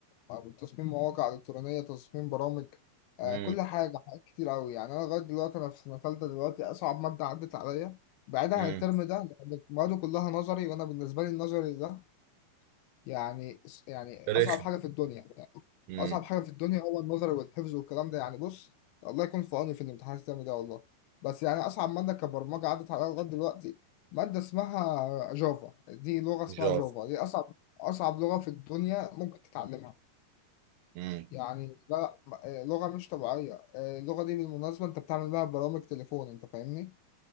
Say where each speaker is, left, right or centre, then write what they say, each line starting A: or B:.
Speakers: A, on the left; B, on the right.
A: آه، تصميم مواقع الكترونيه تصميم برامج آه،
B: امم
A: كل حاجه حاجات كتير قوي يعني انا لغايه دلوقتي انا في سنه ثالثه دلوقتي اصعب ماده عدت عليا بعيدا
B: امم
A: عن الترم ده لأن المواد كلها نظري وانا بالنسبه لي النظري ده يعني يعني
B: رخم
A: اصعب حاجه في الدنيا يعني
B: امم
A: اصعب حاجه في الدنيا هو النظر والحفظ والكلام ده يعني بص الله يكون في عوني في الامتحان السنه ده والله بس يعني اصعب ماده كبرمجه عدت عليا لغايه دلوقتي ماده اسمها جافا دي لغه اسمها
B: جافا
A: جافا دي اصعب اصعب لغه في الدنيا ممكن تتعلمها
B: امم
A: يعني لا م- آه، لغه مش طبيعيه آه، اللغه دي بالمناسبه انت بتعمل بيها برامج تليفون انت فاهمني